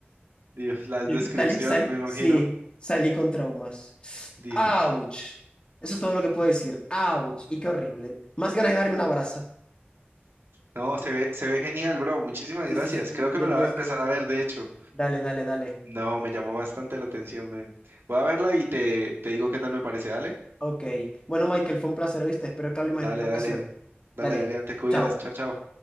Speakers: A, on the right; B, on the left.
A: Dios, las
B: Y
A: descripciones,
B: Salí, salí,
A: me imagino.
B: sí, salí con traumas.
A: Dios.
B: ¡Auch! Eso es todo lo que puedo decir. ¡Auch! Y qué horrible. Más ganas de darle un abrazo.
A: No, se ve, se ve genial, bro. Muchísimas
B: Sí,
A: gracias.
B: sí, sí, sí,
A: Creo
B: te
A: que
B: le
A: me la
B: tienes
A: voy a empezar
B: que ver.
A: a ver, de hecho.
B: Dale, dale, dale.
A: No, me llamó bastante la atención, men. Voy a verla y te, te digo qué tal me parece. Dale,
B: Ok. Bueno, Michael, fue un placer, ¿oíste? Espero que hablemos
A: dale,
B: en otra
A: dale.
B: ocasión.
A: Dale,
B: Dale.
A: Adrián, te cuidas.
B: Chao.
A: Chao, chao.